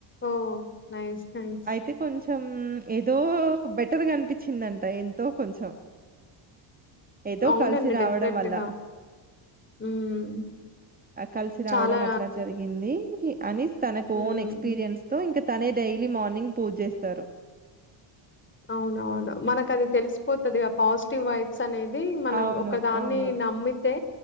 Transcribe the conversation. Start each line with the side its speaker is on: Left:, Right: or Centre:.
Left: ఓ నైస్ నైస్
Right: అయితే కొంచెం ఉమ్ ఏదో బెటర్గా అనిపించిందంట ఎంతో కొంచెం ఏదో
Left: అవునండి
Right: కలిసి రావడం
Left: డెఫినెట్
Right: వల్ల
Left: గా ఉమ్,
Right: కలిసి రావడం
Left: చాలా
Right: అట్లా జరిగింది ఇ అనిస్ తనకు
Left: ఉమ్.
Right: ఓన్ ఎక్స్పీరియన్స్ తో ఇంకా తనే డైలీ మార్నింగ్ పూజ జేస్తారు
Left: అవునవును మనకు అది తెలిసిపోతుది ఆ పాజిటివ్ వైబ్స్ అనేది మనం
Right: అవును.
Left: ఒక దాన్ని
Right: అవును.
Left: నమ్మితే